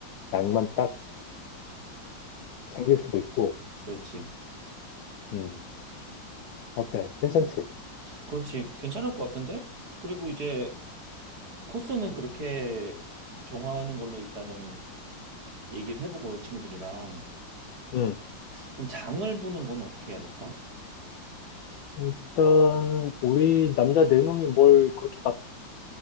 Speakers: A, on the left (about 75°); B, on the right (about 55°).
A: 양만 딱 챙길 수도 있고.
B: 그렇지.
A: 음, 어때? 괜찮지?
B: 그렇지. 괜찮을 것 같은데? 그리고 이제 코스는 그렇게 정하는 걸로 일단은 얘기를 해보고 친구들이랑.
A: 음.
B: 그럼 장을 보는 건 어떻게 해야 될까?
A: 일단 우리 남자 네 놈이 뭘 그렇게 막